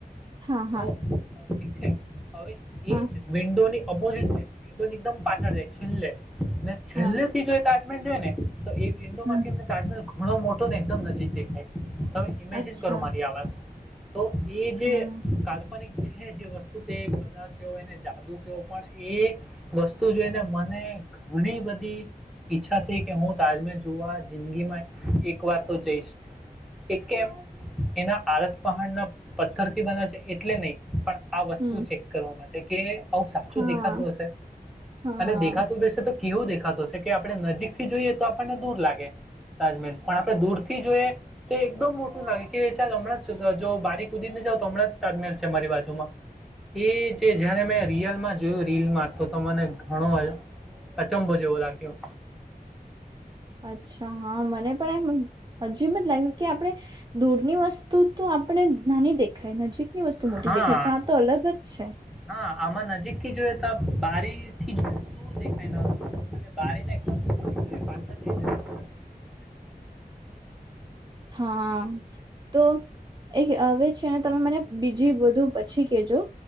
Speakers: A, on the right; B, in the centre.
A: હા
B: તો
A: હા
B: <inaudible> હવે
A: હા
B: એજ મડોની ઓપોઝિટ છે વિડો એકદમ પાછળ જાય છેલ્લે ને છેલ્લે
A: હા
B: થી જોઈતા જો ને તો એ વિન્ડો
A: હમ
B: માંથીમને તાજમેલ ઘણો મોટો ને એકદમ નજીકેખાય તમે ઇમેજિન
A: અચ્છા
B: કરો મારી આ વાત તો એ જે
A: હા
B: કાલ્પનિક છે જે વસ્તુ તે કલા ક એને જાદુ કયોો પણ એ વસ્તુ જોઈને મને ઘણી બધી ઈચ્છા થઈ કે હું તાજમલ જોવા જિંદગીમાં એક વાર તો જઈશ એક કેમ એના આળસ પહાડના પથ્થર થી બને છે એટલે નહી પણ આ વસ્તુ
A: હમ
B: ચેક કરવા માટે એ આવું સાચું
A: હા
B: દેખાતું હશે
A: હા
B: અને દેખાતું બેસે તો કેવું દેખાતું હશે કે આપડણે નજીક થી જોઈએ તો આપણને દૂર લાગે તાજમહેલ પણ આપણે દૂરથી જોઈએ તો એકદમ મોટું લાગે કે એા હમણાં જો બારીક ઉદીરને જાવ તો હમણાં જ તાજમેલ છે મારી બાજુમાં એ જે જયારે મેં રિયલમાં જોયું રીલમાં તો મને ઘણો અચંભો જેવો લાગ્યો
A: અચ્છા હા મને પણ એમ હજીબ જ લાગ્યું કે આપણે દૂરની વસ્તુ તો આપણે નાની દેખ ખ નજીક એની વસ્તુ મોટી
B: હા
A: દેખાય પણ આ તો અલગ જ છે
B: હા આમાં નજીકથી જોઈએ તો બારી થી જોડે તો દૂર દેખાય ન હતું અને બારીને એકદમ દૂર થી જો પાછળ મોટું દેખાય
A: હા તો એક હવે છેને, તમે મને બીજી બધું પછી કેજો.